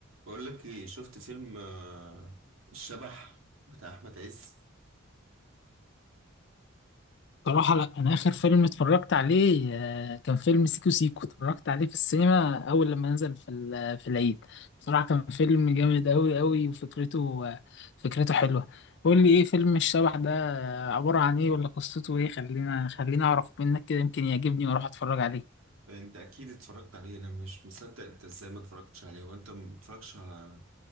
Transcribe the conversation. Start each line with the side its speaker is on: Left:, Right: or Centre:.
Right: بقول لك ايه شفت فيلم آه، الشبح بتاع احمد عز
Left: صراحة لا أنا آخر فيلم اتفرجت عليه آه، كان فيلم سيكو سيكو اتفرجت عليه في السينما أول لما نزل في ال- في العيد بصراحة كان فيلم جامد أوي أوي وفكرته آه، فكرته حلوة قول لي إيه فيلم الشبح ده آه، عبارة عن إيه ولا قصته إيه خلينا خلينا أعرف منك كده يمكن يعجبني وأروح أتفرج عليه
Right: انت اكيد اتفرجت عليه انا مش مصدق انت ازاي ما اتفرجتش عليه وانت ما بتتفرجش على